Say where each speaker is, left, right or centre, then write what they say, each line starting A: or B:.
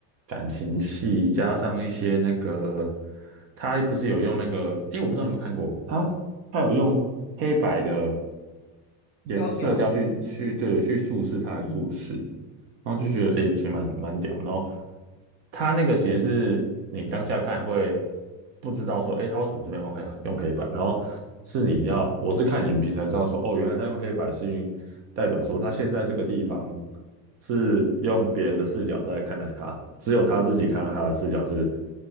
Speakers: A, on the right (about 30°); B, on the left (about 35°).
A: 感情戏，加上一些那个它不是有用那个，诶，我不知道你们看过，它它有用黑白的颜色调去去对去叙事它的故事。
B: 都有，嗯，
A: 然后就觉得诶，其实蛮蛮屌。然后他那个其实是你当下看会不知道说，诶，他为什么这边会用黑白？然后是你要，我是看影评才知道说，哦，原来他用黑白是因为代表说他现在这个地方是用别人的视角在看待他，只有他自己看到他的视角是